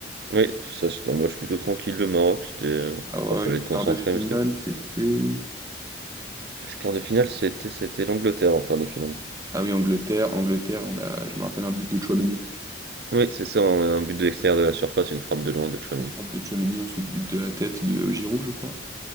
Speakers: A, on the right (about 60°); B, on the right (about 20°).
A: Oui, ça c'était un match plutôt tranquille, le Maroc. C'était, euh,
B: Ah
A: bon,
B: ouais,
A: fallait être concentré,
B: quart de finale,
A: mais c'était.
B: c'était.
A: Ce quart de finale, c'était c'était l'Angleterre en quart de finale.
B: Ah oui, Angleterre, Angleterre, on a, je me rappelle un but de Tchouaméni.
A: Oui, c'est ça, un, un but de l'extérieur de la surface, une frappe de loin de Tchouaméni.
B: On se frappe de Tchouaméni, ensuite but de la tête de Giroud, je crois.